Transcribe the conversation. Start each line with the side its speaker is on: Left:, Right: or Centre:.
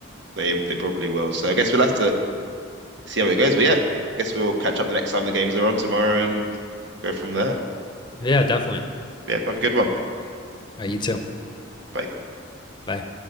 Right: they they probably will. So I guess we'll have to see how it goes. But yeah, I guess we'll catch up the next time the games are on tomorrow and go from there.
Left: <laughs> yeah, definitely.
Right: Yeah, have a good one.
Left: Uh, you too.
Right: Bye.
Left: Bye.